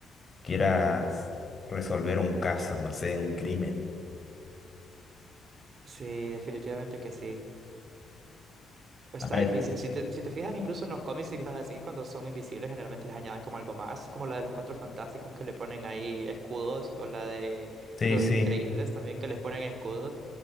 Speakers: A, on the left; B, on the right.
A: quieras resolver un caso, no sé, un crimen.
B: Sí, definitivamente que sí. Está
A: A ver,
B: difícil. Si te, si te fijas, incluso en los cómics y cosas así, cuando son invisibles, generalmente les añaden como algo más, como la de los Cuatro Fantásticos que le ponen ahí escudos, o la de
A: sí,
B: los
A: sí.
B: Increíbles también que les ponen escudos,